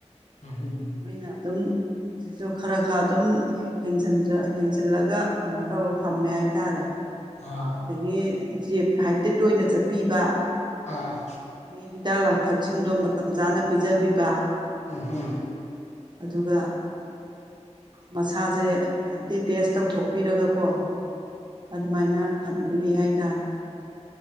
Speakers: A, on the left; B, on the right.
A: ꯎꯝ
B: ꯍꯣꯏꯅ ꯑꯗꯨꯝ ꯍꯨꯖꯤꯛꯁꯨ ꯈꯔ ꯈꯔ ꯑꯗꯨꯝ ꯌꯦꯡꯖꯟꯖ ꯌꯦꯡꯖꯜꯂꯒ ꯀꯩꯅꯣ ꯇꯧ ꯊꯝꯃꯦ ꯍꯥꯏꯇꯥꯔꯦ
A: ꯑꯥ
B: ꯑꯗꯒꯤ ꯆꯦꯛ ꯉꯥꯛꯍꯩꯇ ꯇꯣꯏꯅ ꯆꯠꯄꯤꯕ
A: ꯑꯥ
B: ꯑꯗꯒꯤ ꯍꯤꯗꯥꯛ ꯂꯥꯡꯊꯛꯁꯤꯡꯗꯣ ꯃꯇꯝ ꯆꯥꯅ ꯄꯤꯖꯕꯤꯕ
A: ꯑ ꯍꯝ
B: ꯑꯗꯨꯒ ꯃꯁꯥꯁꯦ ꯉꯥꯏꯍꯩꯇ ꯇꯦꯁ ꯇꯧꯊꯣꯛꯄꯤꯔꯒꯀꯣ ꯑꯗꯨꯃꯥꯏꯅ ꯊꯝꯕꯤꯔꯤ ꯍꯥꯏꯇꯔꯦ